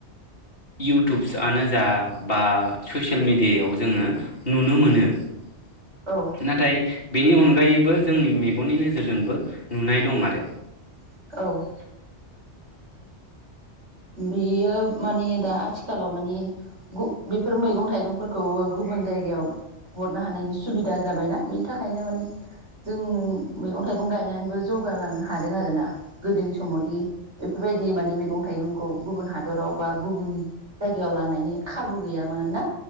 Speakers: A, on the left; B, on the right.
A: इउटुबसआनो जा बा ससियेल मेडियायाव जोङो नुनो मोनो <inaudible>
B: औ
A: नाथाय बेनि अनगा अनगायैबो जोंनि मेगननि नोजोरजोंबो नुनाय दं आरो।
B: औ बेयो मानि‌ दा आथिखालाव मानि बेफोर मैगं थाइगंफोरखौबो गुबुन जायगायाव हरनो हानायनि सुबिदा जाबायना बेनि थाखायनो मानि जों मैगं थाइगं गायनानैबो जौगालांनो हादों आर ना गोदोनि समावदि बेफोरबायदि मानि मैगं थाइगंखौ- खौ गुबुन हादराव बा गुबुन जायगायाव लांनायनि खाबु गैयामोन ना